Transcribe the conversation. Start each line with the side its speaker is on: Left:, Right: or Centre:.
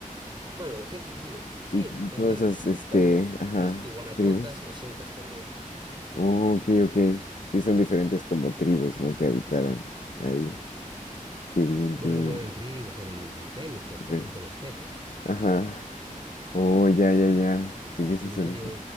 Right: Bueno, los incas, sí, sí,
Left: Y
Right: también.
Left: todas esas, este,
Right: Estaban los,
Left: ajá,
Right: los tihuanacotas,
Left: tribus.
Right: los incas también.
Left: Oh, ok, ok. Sí, son diferentes como tribus, ¿no? Que habitaron ahí. Qué bien,
Right: Bueno,
Left: qué bien.
Right: no eran tribus, eran imperios, pues
Left: Ve-
Right: como el imperio azteca.
Left: Ajá. Oh, ya, ya, ya. Sí, que
Right: Sí,
Left: esas
Right: el
Left: son
Right: imperio,
Left: esas.